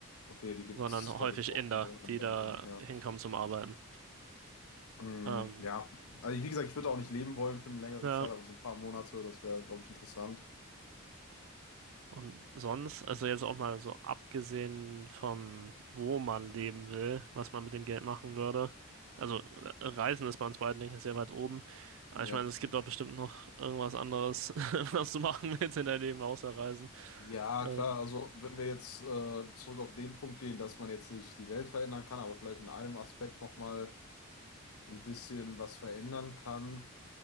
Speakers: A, on the left; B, on the right.
A: Okay, die gibt's,
B: sondern häufig
A: da gibt's auch
B: Inder,
A: viele Einwanderer,
B: die da hinkommen
A: ja.
B: zum Arbeiten.
A: Mm,
B: Ähm,
A: ja, also wie gesagt, ich würde auch nicht leben wollen für eine längere
B: ja,
A: Zeit, aber so ein paar Monate, das wäre, glaube ich, interessant.
B: und sonst, also jetzt auch mal so abgesehen vom, wo man leben will, was man mit dem Geld machen würde. Also äh, Reisen ist bei uns beiden, denke ich, sehr weit oben. Aber
A: Ja.
B: ich meine, es gibt auch bestimmt noch irgendwas anderes, <laughs> was du machen willst in deinem Leben, außer Reisen.
A: Ja,
B: Äh,
A: klar, also wenn wir jetzt äh, zurück auf den Punkt gehen, dass man jetzt nicht die Welt verändern kann, aber vielleicht in einem Aspekt nochmal ein bisschen was verändern kann,